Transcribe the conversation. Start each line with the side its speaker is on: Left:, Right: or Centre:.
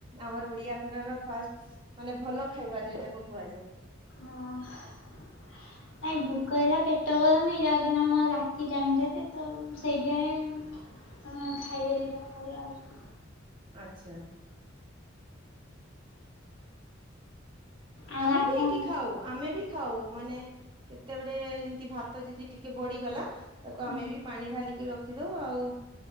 Right: ଆମର ଓଡିଆ ଘରର ଫାଷ୍ଟ୍ ମାନେ ଭଲ ଖାଇବାର ଯେଟାକୁ କୁହାଯାଏ।
Left: ହଁ। ନାଇଁ ଭୋକ ହେଲା ପେଟ ଗରମ୍ ହେଇଯାଉଚି ନା ମୋ ରାତି ଟାଇମ୍ ଟା ରେ ତ ସେଇଥିପାଇଁ ହଁ ଖାଇଦେଲି ପଖାଳ ଉ।
Right: ଆଚ୍ଛା।
Left: ଆଉ
Right: ଆମେ
Left: ଆପଣ
Right: ବି ଏଠି ଖାଉ ଆମେ ବି ଖାଉ ମାନେ କେତେବେଳେେ ଏମ୍ ତି ଭାତ ଯିଦି ଟିକେ ବଡିଗଲା ତାକୁ
Left: ହଁ
Right: ଆମେ ବି ପାଣି ଢାଲିକି ରଖିଦଉ ଆଉ